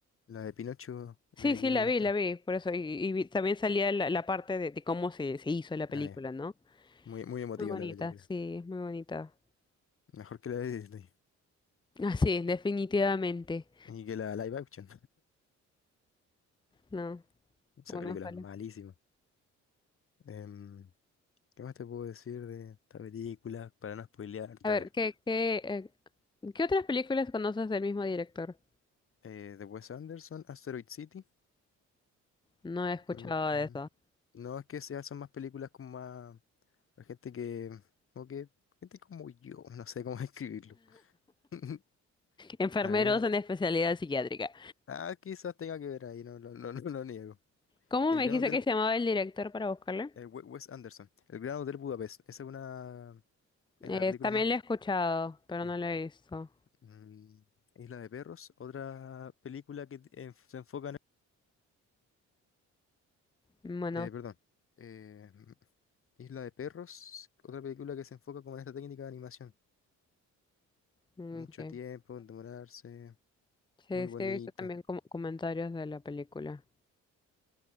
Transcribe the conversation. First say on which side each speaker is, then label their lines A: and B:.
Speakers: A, on the left; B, on the left.
A: La de Pinocho de
B: Sí, sí,
A: Guillermo
B: la
A: del
B: vi,
A: Toro.
B: la vi, por eso. Y, y vi- también salía la, la parte de, de cómo se, se hizo la película,
A: Ah, ya.
B: ¿no?
A: Muy, muy emotiva
B: Muy bonita,
A: la película.
B: sí, muy bonita.
A: Mejor que la de Disney.
B: Ah, sí, definitivamente.
A: Y que la live action.
B: No,
A: <laughs> Esa
B: bueno,
A: película
B: ojalá.
A: es malísima. Em, ¿qué más te puedo decir de esta película? Para no spoilearte,
B: A ver,
A: a ver.
B: ¿qué, qué, eh, ¿qué otras películas conoces del mismo director?
A: Eh, de Wes Anderson, Asteroid City.
B: No he escuchado
A: Mm,
B: de
A: mm.
B: eso.
A: No es que se hacen más películas como más... Para gente que... Como que... Gente como yo. No sé cómo <laughs> describirlo. <laughs>
B: Enfermeros
A: A ver,
B: en especialidad psiquiátrica.
A: ah, quizás tenga que ver ahí, no, no, no, <laughs> no lo niego.
B: ¿Cómo
A: El
B: me
A: Gran
B: dijiste
A: Hotel,
B: que se llamaba el director para buscarle?
A: el We- Wes Anderson, El Gran Hotel Budapest, esa es una, es
B: Eh,
A: la película
B: también
A: más...
B: lo he escuchado, pero
A: sí.
B: no lo he visto.
A: Mm, Isla de Perros, otra película que eh, se enfoca en...
B: Bueno,
A: eh, perdón, eh, Isla de Perros, otra película que se enfoca como en esta técnica de animación.
B: mm,
A: Mucho
B: ok.
A: tiempo, en demorarse,
B: Sí,
A: muy
B: sí,
A: bonita.
B: he visto también com- comentarios de la película.